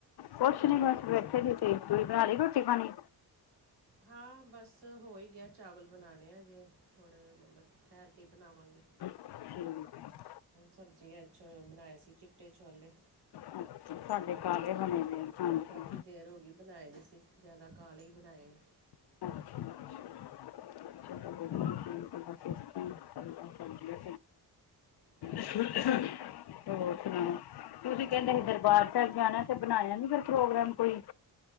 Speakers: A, on the left (about 70°); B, on the right (about 85°).
A: ਕੁਛ ਨੀ ਬਸ ਬੈਠੇ ਦੀ ਸੀ, ਤੁਸੀ ਬਣਾ ਲਈ ਰੋਟੀ ਪਾਣੀ
B: ਹਾਂ ਬਸ ਹੋ ਹੀ ਗਿਆ ਚਾਵਲ ਬਣਾਉਣੇ ਅਜੇ ਥੋੜ੍ਹੇ ਮਤਲਬ ਠਹਿਰ ਕੇ ਹੀ ਬਣਾਵਾਂਗੇ।
A: ਠੀਕ।
B: ਸਬਜ਼ੀ ਅਛਾ ਬਣਾਏ ਸੀ ਚਿੱਟੇ ਛੋਲੇ
A: ਅੱਛਾ ਸਾਡੇ
B: ਬੜੀ
A: ਕਾਲੇ
B: ਦੇਰ,
A: ਬਣੇ ਦੇ ਆ, ਹਾਂਜੀ
B: ਕਾਫੀ ਦੇਰ ਹੋ ਗਈ ਬਣਾਏ ਨਹੀ ਸੀ ਜ਼ਿਆਦਾ ਕਾਲੇ ਹੀ ਬਣਾਏ।
A: ਅੱਛਾ, ਅੱਛਾ
B: ਹ <unintelligible> <unintelligible>
A: ਸਦੀ ਚਦੀਆਂ
B: ਹਾਂਜੀ
A: <unintelligible> ਹੋਰ ਸੁਣਾਓ, ਤੁਸੀਂ ਕਹਿੰਦੇ
B: ਹੋਰ
A: ਸੀ ਦਰਬਾਰ ਸਾਹਿਬ ਜਾਣਾ। ਤੇ ਬਣਾਇਆ ਨੀ ਫਿਰ ਪ੍ਰੋਗਰਾਮ ਕੋਈ